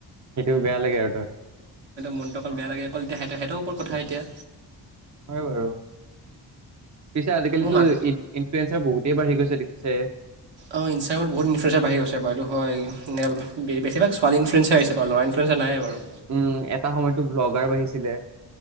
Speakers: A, on the right (about 40°); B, on the right (about 75°).
A: সেইটো বেয়া লাগে আৰু ধৰা
B: মনটোখন বেয়া লাগে অকল তেতিয়া হা হঁতে সিহতৰওপৰত কথা এতিয়া।
A: হয় বাৰু পিছে আজিকালিতো
B: মোৰ মাত
A: কেঞ্চাৰ বহুতেই বাঢ়ি গৈছে দেখিছাই।
B: অ ইনষ্টাগ্ৰামত বহুত ইনফুৱেঞ্চ বাঢ়ি গৈছে বু হয় উম বেছিভাগ ছোৱালী ইনফুৱেঞ্চেছে বু ল'ৰা ইনফুৱেঞ্চে নাই বাৰু।
A: উম এটা সময়তো ব্লগাৰ বাঢ়িছিলে।